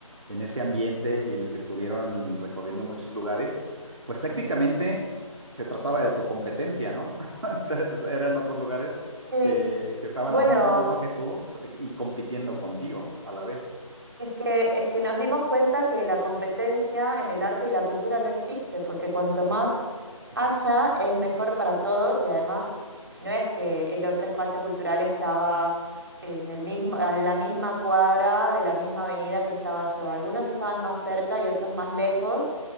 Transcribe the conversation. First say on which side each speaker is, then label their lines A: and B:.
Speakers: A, on the right; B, on the right.
A: en ese ambiente y en el que estuvieron recorriendo muchos lugares, pues técnicamente se trataba de tu competencia, ¿no? <laughs> Entonces, Eran otros lugares
B: Y,
A: que, que estaban
B: bueno,
A: haciendo lo mismo que tú y compitiendo contigo a la vez.
B: Es que, es que nos dimos cuenta que la competencia en el arte y la cultura no existe, porque cuanto más
A: Ujú.
B: haya, es mejor para todos y además no es que el otro espacio cultural estaba en el mismo, a la misma cuadra de la misma avenida que estaba yo. Algunos estaban más cerca y otros más lejos